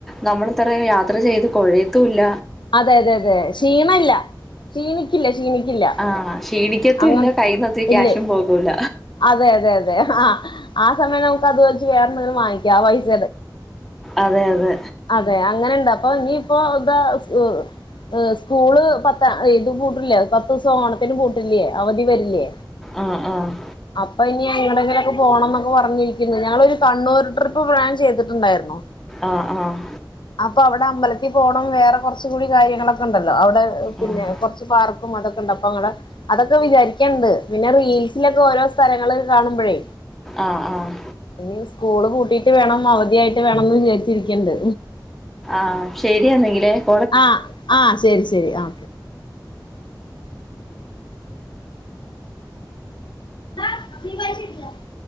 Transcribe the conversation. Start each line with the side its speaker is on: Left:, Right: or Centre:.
Centre: നമ്മൾ ഇത്രേ യാത്ര ചെയ്ത് കുഴയത്തുല്ല.
Left: അതെ അതെ അതെ ക്ഷീണമല്ല ക്ഷീണിക്കില്ല ക്ഷീണിക്കില്ല.
Centre: ആഹ് ക്ഷീണിക്കത്തുല്ല
Left: അങ്ങ
Centre: കൈ ഒത്തിരി ക്യാഷും
Left: ഇല്ലേ
Centre: പോകൂല.
Left: അതെ അതെ അതെ അതെ ആഹ് സമയം നമുക്ക് അത് വെച്ച് വേറെന്തെങ്കിലും വാങ്ങിക്കാം ആ പൈസ
Centre: അതെ അതെ
Left: അതെ അങ്ങനെണ്ട് അപ്പൊ ഇനിയിപ്പോ ഇതാ സ് ഏ സ്കൂള് പത്ത ഇത് പൂട്ടില്ലേ പത്ത് ദിവസം ഓണത്തിനന് പൂട്ടില്ലേ അവധി വരില്ലേ.
Centre: ആഹ് ആഹ്
Left: അപ്പൊ ഇനി എങ്ങോട്ടാങ്കിലൊക്കെ പോണം എന്ന് ഒക്കെ പറഞ്ഞിരിക്കുന്നു ഞങ്ങളൊരു കണ്ണൂർ ട്രിപ്പ് പ്ലാൻ ചെയ്തിട്ടുണ്ടായിരുന്നു. ആണോ
Centre: ആഹ് ആഹ്
Left: അപ്പൊ അവിടെ അമ്പലത്തിൽ പോകണം വേറെ കുറ കുറച്ച് കൂടി കാര്യങ്ങളൊക്കെ ഉണ്ടല്ലോ അവിടെ പിന്നെ
Centre: ആഹ്
Left: കുറച്ച് പാർക്കും അതൊക്കെ ഇണ്ട് അപ്പൊ അങ്ങടെ അതൊക്കെ വിചാരിക്കണ്ട് പിന്നെ റീൽസിലൊക്കെ ഓരോ സ്ഥലങ്ങൾ കാണുമ്പോഴേ.
Centre: ആഹ് ആഹ്
Left: ഇനി സ്കൂള് പൂട്ടീയിട്ട് വേണം അവധിയായിട്ട് വേണം എന്ന് വിചാരിച്ചിരിക്ണണ്ട്.
Centre: ആ ശരിയാണെങ്കില്
Left: ആഹ് ആഹ് ശരി ശരി ആ ആ നി പറ ശിട്ടില്ല <inaudible>